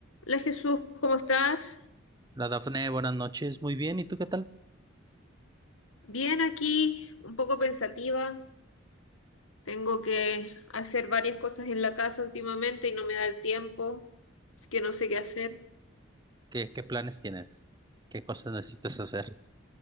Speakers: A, on the left; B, on the right.
A: Hola Jesús, ¿cómo estás?
B: La Dafne, buenas noches. Muy bien, ¿y tú qué tal?
A: Bien aquí, un poco pensativa. Tengo que hacer varias cosas en la casa últimamente y no me da el tiempo, así que no sé qué hacer.
B: ¿Qué, qué planes tienes? ¿Qué cosas necesitas hacer?